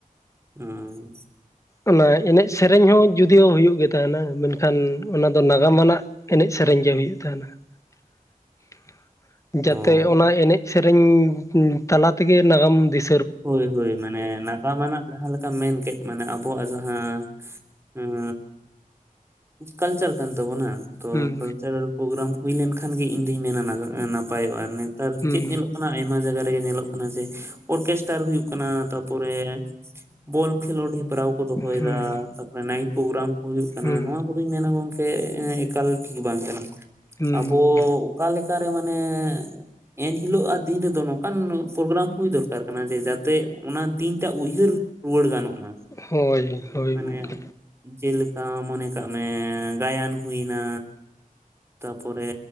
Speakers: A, on the right; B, on the left.
A: ᱟᱸ
B: ᱚᱱᱟ ᱮᱱᱮᱡᱽ ᱥᱮᱨᱮᱧ ᱦᱚᱸ ᱡᱩᱫᱤᱭᱳ ᱦᱩᱭᱩᱜ ᱜᱮ ᱛᱟᱦᱮᱱᱟ ᱢᱮᱱ ᱠᱷᱟᱱ ᱚᱱᱟ ᱫᱚ ᱱᱟᱜᱟᱢ ᱟᱱᱟᱜ ᱮᱱᱮᱡᱽ ᱥᱮᱨᱮᱧ ᱜᱮ ᱦᱩᱭᱩᱜ ᱛᱟᱦᱮᱱᱟ᱾ <inaudible>
A: ᱚ
B: ᱡᱟᱛᱮ ᱚᱱᱟ ᱮᱱᱮᱡᱽ ᱥᱮᱨᱮᱧ ᱛᱟᱞᱟ ᱛᱮᱜᱮ ᱱᱟᱜᱟᱢ ᱫᱤᱥ
A: ᱦᱳᱭ ᱦᱳᱭ ᱢᱟᱱᱮ ᱱᱟᱜᱟᱢᱟᱱᱟᱜ ᱡᱟᱦᱟᱸ ᱞᱮᱠᱟ ᱢᱮᱱ ᱠᱮᱫ ᱢᱟᱱᱮ ᱟᱵᱚᱣᱟᱜ ᱡᱟᱦᱟᱸ ᱮᱸ ᱠᱟᱞᱪᱟᱨ ᱠᱟᱱ ᱛᱟᱵᱚᱱᱟ
B: ᱦᱩᱸ
A: ᱛᱚ ᱠᱟᱞᱪᱟᱨᱟᱞ ᱯᱨᱳᱜᱨᱟᱢ ᱦᱩᱭ ᱞᱮᱱ ᱠᱷᱟᱱ ᱜᱮ ᱤᱧ ᱫᱩᱧ ᱢᱮᱱᱟ ᱱᱟᱜᱟ ᱱᱟᱯᱟᱭᱚᱜᱼᱟ ᱱᱮᱛᱟᱨ
B: ᱦᱩᱸ
A: ᱪᱮᱫ ᱧᱮᱞᱚᱜ ᱠᱟᱱᱟ ᱟᱭᱢᱟ ᱡᱟᱜᱟ ᱨᱮᱜᱮ ᱧᱮᱞᱚᱜ ᱠᱟᱱᱟ ᱡᱮ ᱚᱨᱠᱮᱥ ᱴᱟᱨ ᱦᱩᱭᱩᱜ ᱠᱟᱱᱟ ᱛᱟᱯᱚᱨᱮ ᱵᱚᱞ ᱠᱷᱮᱞᱳᱰ ᱦᱮᱯ ᱯᱨᱟᱣ ᱠᱚ ᱫᱚᱦᱚᱭᱮᱫᱟ
B: ᱦᱩᱸ ᱦᱩᱸ
A: ᱛᱟᱯᱚᱨᱮ ᱱᱟᱭᱤᱴ ᱯᱨᱳᱜᱨᱟᱢ ᱠᱚ ᱦᱩᱭᱩᱜ ᱠᱟᱱᱟ
B: ᱦᱩᱸ
A: ᱱᱚᱣᱟ ᱠᱚ ᱫᱚᱧ ᱢᱮᱱᱟ ᱜᱚᱝᱠᱮ ᱮᱠᱟᱞ ᱴᱷᱤᱠ ᱵᱟᱝ ᱠᱟᱱᱟ
B: ᱦᱩᱸ
A: ᱟᱵᱚ ᱚᱠᱟ ᱞᱮᱠᱟ ᱨᱮ ᱢᱟᱱᱮ ᱮᱱ ᱦᱤᱞᱳᱜᱼᱟ᱾ ᱫᱤᱱ ᱨᱮᱫᱚ ᱱᱚᱝᱠᱟᱱ ᱯᱨᱳᱜᱨᱟᱢ ᱦᱩᱭ ᱫᱚᱨᱠᱟᱨ ᱠᱟᱱᱟ ᱡᱮ ᱡᱟᱛᱮ ᱚᱱᱟ ᱫᱤᱱᱴᱟᱜ ᱩᱭᱦᱟᱹᱨ ᱨᱩᱣᱟᱹᱲ ᱜᱟᱱᱚᱜ ᱢᱟ
B: ᱦᱳᱭ ᱦᱳᱭ
A: ᱢᱟᱱᱮ
B: ᱜᱚᱝᱠᱮ
A: ᱡᱮᱞᱮᱠᱟ ᱢᱚᱱᱮ ᱠᱟᱜ ᱢᱮ ᱜᱟᱭᱟᱱ ᱦᱩᱭᱱᱟ ᱛᱟᱯᱚᱨᱮ